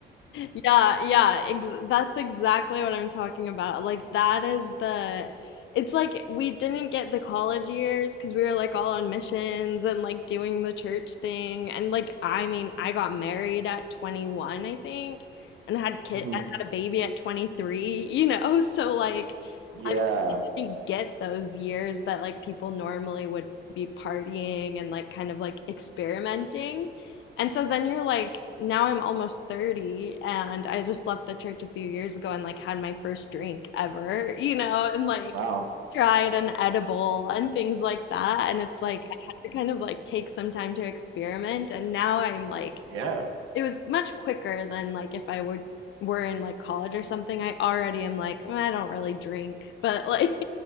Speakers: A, on the left; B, on the right.
A: Yeah, yeah, ex that's exactly what I'm talking about. Like that is the it's like we didn't get the college years because we were like all on missions and like doing the church thing and like I mean, I got married at 21, I think, and had kid
B: <laughs> hmm
A: and had a baby at 23, you know? <laughs> So like
B: Yeah.
A: I didn't get those years that like people normally would be partying and like kind of like experimenting. And so then you're like, now I'm almost 30 and I just left the church a few years ago and like had my first drink ever, you know, and like
B: Wow.
A: tried an edible and things like that. And it's like, I had to kind of like take some time to experiment. And now I'm like,
B: Yeah.
A: it was much quicker than like if I were were in like college or something. I already am like, "Mm, I don't really drink, but like